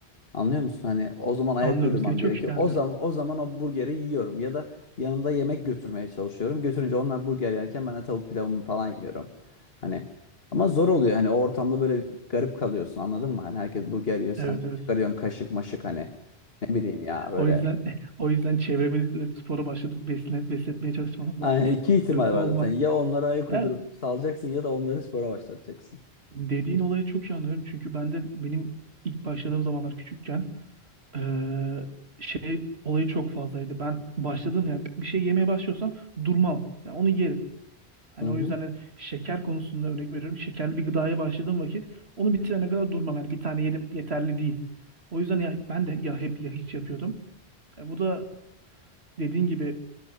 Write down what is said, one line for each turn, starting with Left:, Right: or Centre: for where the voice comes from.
Left: Anlıyor musun? Hani o zaman ayak
Right: Anlıyorum
Left: uydurmam
Right: seni çok
Left: gerekiyor.
Right: iyi anlıyorum.
Left: O zaman o zaman o burgeri yiyorum ya da yanında yemek götürmeye çalışıyorum. Götürünce onlar burger yerken ben de tavuk pilavımı falan yiyorum. Hani ama zor oluyor. Hani o ortamda böyle garip kalıyorsun. Anladın mı? Hani herkes burger yiyor, sen
Right: Evet evet.
Left: çıkarıyorsun kaşık maşık hani. Ne bileyim ya böyle.
Right: O yüzden <laughs> o yüzden çevremizde de spora başladık besle, besletmeye çalışmamız lazım.
Left: Yani iki
Right: <laughs>
Left: ihtimal
Right: Yoksa
Left: var
Right: olmaz.
Left: zaten. Ya onlara ayak
Right: Ya
Left: uydurup salacaksın ya da onları spora başlatacaksın.
Right: dediğin olayı çok iyi anlıyorum. Çünkü ben de benim ilk başladığım zamanlar küçükken eee, şey olayı çok fazlaydı. Ben başladım yani bir şey yemeye başlıyorsam durmam. Yani onu yerim. Hani
Left: Hı hı.
Right: o yüzden hani şeker konusunda örnek veriyorum. Şekerli bir gıdaya başladığım vakit onu bitirene kadar durmam. Yani bir tane yedim yeterli değil. O yüzden ya, ben de ya hep ya hiç yapıyordum. E, bu da dediğin gibi